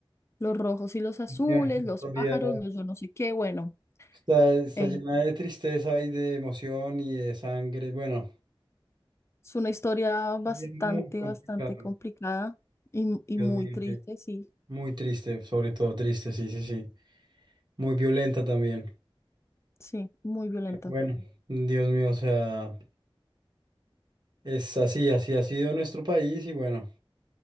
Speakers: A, on the left (about 30°); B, on the right (about 50°).
A: Los rojos y los azules,
B: Mira, esa historia
A: los pájaros, los yo no sé qué, bueno,
B: está, está
A: eh,
B: llena de tristeza y de emoción y de sangre. Bueno,
A: es una historia bastante,
B: es muy complicado.
A: bastante complicada y, y
B: Dios
A: muy
B: mío,
A: triste,
B: sí.
A: sí,
B: Muy triste, sobre todo triste, sí, sí, sí. Muy violenta también.
A: sí, muy violenta.
B: Bueno, Dios mío, o sea, es así, así ha sido nuestro país y bueno,